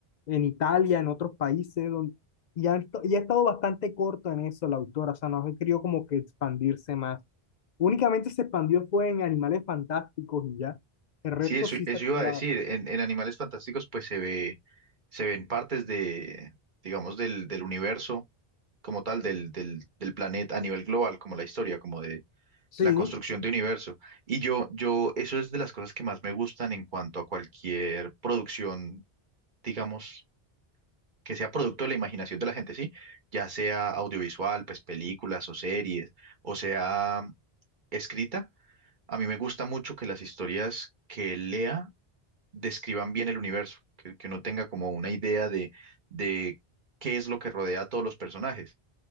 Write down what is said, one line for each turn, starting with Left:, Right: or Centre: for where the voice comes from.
Left: en Italia, en otros países, donde, y, ha, y ha estado bastante corto en eso la autora, o sea, no ha querido como que expandirse más. Únicamente se expandió fue en Animales Fantásticos y ya, el resto
Right: Sí, eso,
Left: sí
Right: eso
Left: se ha
Right: iba
Left: quedado.
Right: a decir. En, en Animales Fantásticos, pues se ve, se ven partes de, digamos, del, del universo como tal, del, del, del planeta a nivel global, como la historia, como de la
Left: Sí,
Right: construcción de universo. Y yo, yo, eso es de las cosas que más me gustan en cuanto a cualquier producción, digamos, que sea producto de la imaginación de la gente, sí, ya sea audiovisual, pues películas o series, o sea escrita. A mí me gusta mucho que las historias que lea describan bien el universo, que, que uno tenga como una idea de, de qué es lo que rodea a todos los personajes.